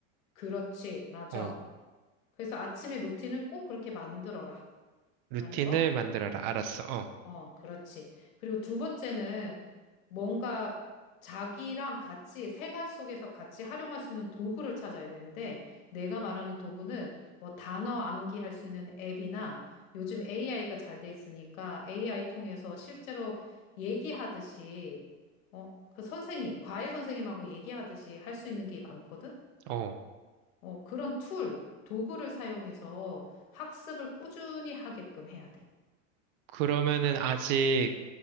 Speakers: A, on the left; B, on the right.
A: 그렇지. 맞아.
B: 어.
A: 그래서 아침에 루틴을 꼭 그렇게 만들어라.
B: 루틴을
A: 라는 거.
B: 만들어라. 알았어. 어.
A: 어, 그렇지. 그리고 두 번째는 뭔가 자기랑 같이 생활 속에서 같이 활용할 수 있는 도구를 찾아야 되는데 내가 말하는 도구는 뭐 단어 암기할 수 있는 앱이나 요즘 AI가 잘 돼 있으니까 AI 통해서 실제로 얘기하듯이 어, 그 선생님, 과외 선생님하고 얘기하듯이 할 수 있는 게 많거든?
B: 어.
A: 어, 그런 툴, 도구를 사용해서 학습을 꾸준히 하게끔 해야 돼.
B: 그러면은 아직